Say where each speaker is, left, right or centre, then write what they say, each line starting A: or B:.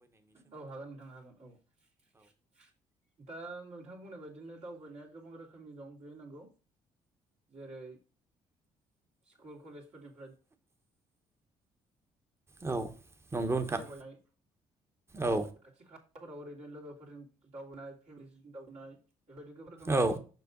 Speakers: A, on the right; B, on the right.
A: औ हागोन नोंथां हागोन औ दा नोंथां बुंनाय बायदिनो दावबायनाया गोबां रोखोमनि दं बे नंगौ जेरै स्कुल कलेजफोरनिफ्राय
B: औ नंगौ नोंथां
A: दावबायनाय
B: औ
A: खाथि खाला फोराव ओरैनो लोगोफोरजों दावबायननाय फेमिलिजों दावबायनाय बेबायदि गोबां रोखोमनि
B: औ
A: दङ